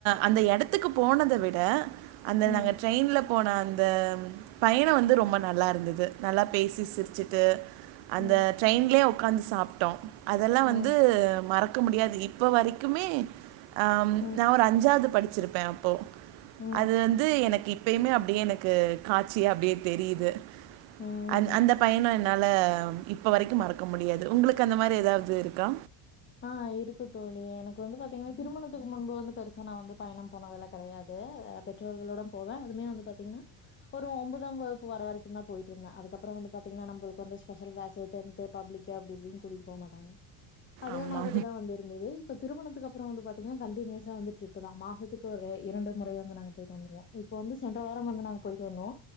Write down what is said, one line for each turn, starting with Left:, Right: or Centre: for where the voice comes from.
Right: அந்த யடத்துக்கு போனத விட அந்த நங்கன்
Left: ம்
Right: ட்ரைய்ன்ல போன அந்தம் பயணோ வந்து ரொம்ப நல்லா இருந்தது நல்லா பேசி சிர்ச்சிட்டு அந்த
Left: ம்
Right: ட்ரெய்ன்லே உக்காந்து சாப்ட்டோ அதெல்லா
Left: ம்
Right: வந்து மறக்க முடியாது இ ப்போ வரைக்குமே ஆம்
Left: ம்
Right: நா ஒரு அஞ்சாவ்து படிச்சிருப்பே அப்போ
Left: ம்
Right: அதுந்த் து எனக்கு இப்பயுமே அப்டியே எனக்கு காட்சி அப்டியே தெரியுது
Left: ம்
Right: அந் அந்த பய்ணோ என்னாலம் இப் இப்ப வரைக்கும் மறக்க முடியாது உங்களுக்கு அந்த மாரி எதாவ்து இருக்கா
Left: ஆ இருக்கு தோழி எனக்கு வந்து பாத்தீங்கன்னா திருமணத்துக்கு முன்பு வந்து பெருசா நா வந்து பயணம் போனதுலக் கெடையாது அ பெற்றோர்களோடம் போவே அதுமே வந்து பாத்தீங்கின்னா ஒரு ஒம்பதாம் வகுப்பு வர வரைக்குன்தான் போய்ட்ருந்தே அதுக்கப்பற வந்து பாத்தீங்கன்னா நம்பள்க்கு வந்து ஸ்பஷல் க்ளாஸு தென்த்து பப்ளிக் கே அப்டி இப்டின் கூட்டிட்டு போ மாட்டாங்க அதே
Right: ஆமா.
Left: மாதிரிதா வந்து இருந்ததெய் இப்ப திருமணத்துக்கு அப்ற வந்து பாத்தீங்கன்னா கண்டின்யூஸா வந்துட்ருக்குதா மாசத்துக்கு ஒரு இரண்டு முறை வந்து நாங்க போய்ட்டு வந்துருவோ இப்போ வந்து சென்ற வாரம் வந்து நாங்க போய்ட்டு வந்தோ